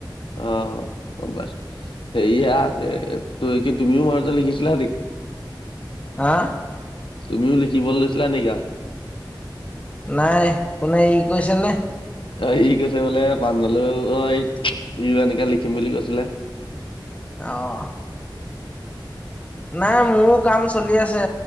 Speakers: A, on the left; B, on the left.
A: অহ' গ'ম পাইছোঁ। সেয়া তো কি তুমিও মাজতে লিখিছিলা নেকি?
B: হা
A: তুমিও লিখিবলৈ লৈছিলা নে গান
B: নাই, কোনে ই কৈছেনে?
A: অ' ই কৈছে বোলে পাঞ্জলেও অ' ই এনেকে লিখিম বুলি কৈছিলে।
B: অহ। নাই মোৰো কাম চলি আছে,